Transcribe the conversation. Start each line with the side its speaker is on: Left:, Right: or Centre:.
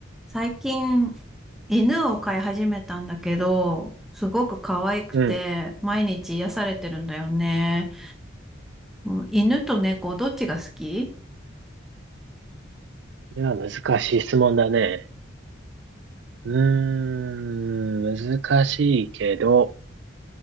Centre: 最近、犬を飼い始めたんだけど、すごく可愛くて、
Right: うん。こ
Centre: 毎日癒されてるんだよね。うん犬と猫、どっちが好き
Right: れは難しい質問だね。うーん、難しいけど、